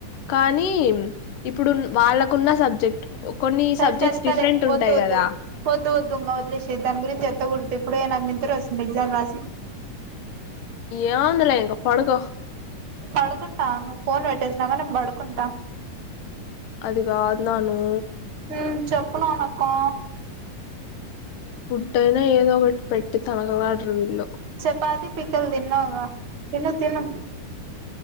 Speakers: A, on the left; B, on the right.
A: కానీ ఇప్పుడు వాళ్ళకున్న సబ్జెక్ట్ కొన్ని
B: సరి
A: సబ్జెక్ట్స్
B: సరి సరే
A: డిఫరెంట్ ఉంటాయి
B: ఒద్దు ఓద్దు
A: కదా
B: ఓద్దు ఒద్దు వద్లేసేయి తన గరించి ఎత్తగుడదు ఇ ఇప్పుడే నాక్ నిద్ర వస్తుంది ఎగ్జామ్ రాసి
A: ఏం ఉందిలే ఇంకా పడుకో
B: పడుకుంటా నువ్వు ఫోన్ పెట్టేసినాక నేన్ పడుకుంటా
A: అది కాద్ నానూ
B: మ్ చెప్పు నానక్కా
A: ఫుడ్ అయినా ఏదో కొట్ పెట్ తానా వాటర్ <unintelligible>
B: చపాతి పికిల్ తిన్నా అవ్వ తిను తిను